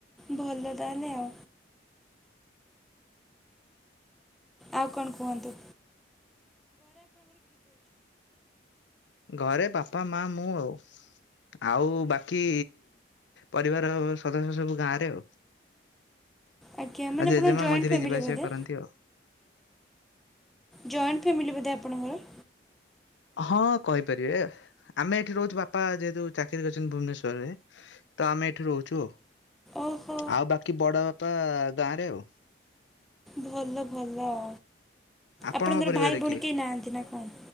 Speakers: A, in the centre; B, on the left (about 80°).
A: ଭଲ ତାହେଲେ ଆଉ। ଆଉ କଣ କୁହନ୍ତୁ?
B: ଘରେ ବାପା ମା ମୁଁ ଆଉ। ଆଉ ବାକି ପରିବାର ସଦସ୍ୟ ସବୁ ଗାଁ ରେ ଆଉ।
A: ଆଜ୍ଞା ମାନେ
B: ଆ ଜେଜେମା
A: ଆପଣ ଜଏଣ୍ଟ
B: ମଝିରେ
A: ଫ୍ୟାମିଲି
B: ଯିବା ଆସିବା
A: ବୋଧେ
B: କରନ୍ତି ଆଉ।
A: ଜଏଣ୍ଟ ଫ୍ୟାମିଲି ବୋଧେ ଆପଣଙ୍କର?
B: ହଁ କହିପାରିବେ, ଆମେ ଏଠି ରହୁଛୁ ବାପା ଯେହେତୁ ଚାକିରି କରିଛନ୍ତି ଭୁବନେଶ୍ୱରରେ। ତ ଆମେ ଏଇଠି ରହୁଛୁ ଉ,
A: ଓହୋ
B: ଆ ଆଉ ବାକି ବଡ ବାପା ଗାଁରେ ଆଉ।
A: ଭଲ ଭଲ ଆ,
B: ଆପଣଙ୍କ
A: ଆପଣଙ୍କର
B: ପରିବାରରେ
A: ଭାଇ ଭଉଣୀ
B: କିଏ
A: କେହି ନାହାନ୍ତି ନା କଣ?